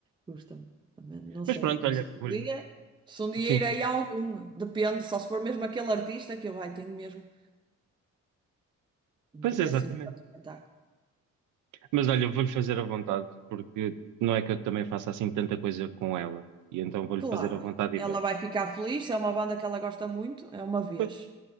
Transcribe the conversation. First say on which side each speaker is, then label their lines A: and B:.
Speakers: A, on the right; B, on the right.
A: Custa-me. Também Não
B: Mas
A: sei,
B: pronto,
A: não
B: olha,
A: sei se
B: vou-lhe.
A: um dia, se um dia
B: Sim,
A: irei a algum. Depende, só se for mesmo aquele artista que eu, ai, tenho mesmo
B: pois
A: que dê
B: exatamente.
A: assim um grande espetáculo.
B: Mas olha, vou-lhe fazer à vontade, porque não é que eu também faça assim tanta coisa com ela. E então vou-lhe
A: Claro,
B: fazer à vontade e vamos.
A: ela vai ficar feliz, se é uma banda que ela gosta muito, é uma vez.
B: Pois,